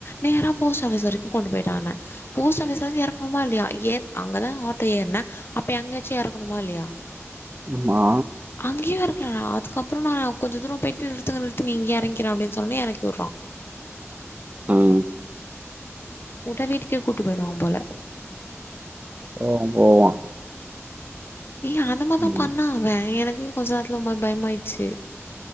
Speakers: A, on the left (about 50°); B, on the right (about 30°).
A: நேரா போஸ்ட் ஆஃபிஸ் வரைக்கு கொண்டு போயிட்டானே போஸ்ட் ஆஃபிஸாது எறக்ணுமா இல்லியா ஏ அங்கதா ஆட்டோ ஏர்ன அப்ப யெங்யாச்சு எறக்கணுமா இல்லியா
B: ம்மா
A: அங்கியு எறக்ல நா அதுக்கப்ற நா கொஞ்ச தூரம் போயிட்டு நிறுத்துங்க நிறுத்துங்க இங்கியே எறங்கிறே அப்டின் சொன்னோனே எறக்கிவுர்றா
B: ம்
A: வுட்டா வீட்டுக்கே கூட்டு போய்ருவாம்போல
B: ஓம் போவா
A: ஏ அந்த மார்தா
B: ம்
A: பண்ண அவ எனக்கே கொஞ்ச நேரத்துல ஒருமா பயமாயிட்ச்சி